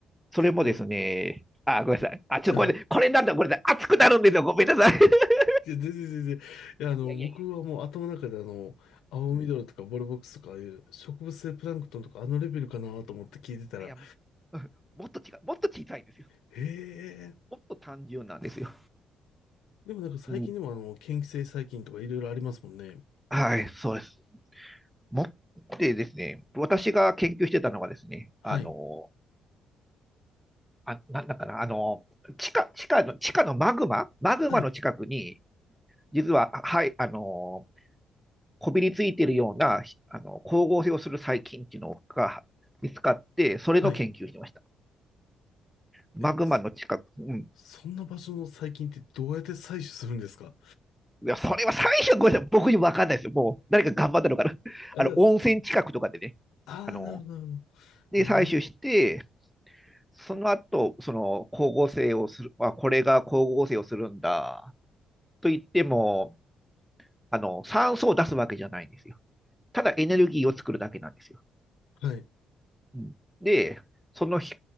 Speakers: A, in the centre; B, on the left.
A: それもですね、
B: いや、
A: あ、ごめんなさい。あ、ちょっとごめんなさい。
B: あ
A: これなんだ、ごめんなさい。熱くなるんですよ。ごめんなさい。<laughs>
B: いや、全然全然。いや、あの、
A: いやいやいや。
B: 僕はもう頭の中であの、青緑とかボルボックスとかああいう植物性プランクトンとかあのレベルかなと思って聞いてたら、
A: うん、いや、もっと違う。もっと小さいんですよ。
B: へえ。
A: もっと単純なんですよ。
B: でもなんか最近でもあの、
A: うん、
B: 嫌気性細菌とかいろいろありますもんね。
A: はい、そうです。もってですね、私が研究してたのはですね、
B: はい。
A: あの、あ、なんだかな、あの、地下、地下の、地下のマグママグマの近くに、
B: はい。
A: 実は、はい、あの、こびりついているような、あの、光合成をする細菌っていうのが見つかって、それの研究してました。
B: はい。
A: マグマの近く、
B: え、そ、
A: うん。い
B: そんな場所の細菌ってどうやって採取するんですか
A: や、それは最初、ごめんなさい、僕にもわかんないですよ。もう、誰か頑張ったのかな。<laughs>
B: あ、
A: あの、
B: じゃあ、
A: 温泉近くとかでね、
B: すあーなるほど、
A: あの、
B: なるほ
A: で、
B: ど。へえ
A: 採取して、その後、その、光合成をする、あ、これが光合成をするんだ、と言っても、あの、酸素を出すわけじゃないんですよ。ただエネルギーを作るだけなんですよ。
B: ー。はい。
A: うん、で、そのひ、